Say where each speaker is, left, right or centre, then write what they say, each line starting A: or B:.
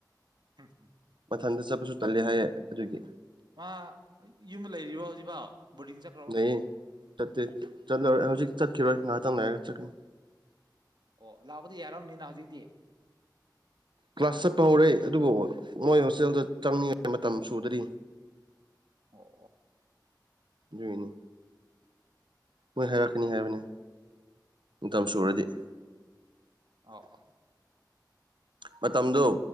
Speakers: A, on the right; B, on the right.
A: ꯎꯝ ꯎꯝ
B: ꯃꯊꯟꯇ ꯆꯠꯄꯁꯨ ꯇꯜꯂꯦ ꯍꯥꯏꯌꯦ ꯑꯗꯨꯒꯤ
A: ꯃꯥ ꯌꯨꯝꯗ ꯂꯩꯔꯤꯕꯣ ꯍꯧꯖꯤꯛꯐꯥꯎ ꯕꯣꯔꯗꯤꯡ ꯆꯠ
B: ꯅꯌꯦ ꯆꯠꯇꯦ ꯆꯠꯂꯔꯣꯏ ꯍꯧꯖꯤꯛ ꯆꯠꯈꯤꯔꯣꯏ ꯉꯥꯏꯍꯥꯛꯇꯪ ꯉꯥꯏꯔꯒ ꯆꯠꯀꯅꯤ
A: ꯑꯣ ꯂꯥꯛꯄꯗꯤ ꯌꯥꯔꯔꯕꯅꯤꯅ ꯍꯧꯖꯤꯛꯇꯤ
B: ꯀ꯭ꯂꯥꯁ ꯆꯠꯄ ꯍꯧꯔꯛꯏ ꯑꯗꯨꯕꯨ ꯃꯣꯏ ꯍꯣꯁꯇꯦꯜꯗ ꯆꯪꯅꯤꯡꯉꯥꯏ ꯃꯇꯝ ꯁꯨꯗꯔꯤ
A: ꯑꯣ
B: ꯌꯨꯣꯏꯅꯤ ꯃꯣꯏ ꯍꯥꯏꯔꯛꯀꯅꯤ ꯍꯥꯏꯕꯅꯤ ꯇꯝ ꯁꯨꯔꯗꯤ
A: ꯑꯣ ꯑꯣ
B: ꯃꯇꯝꯗꯨꯣ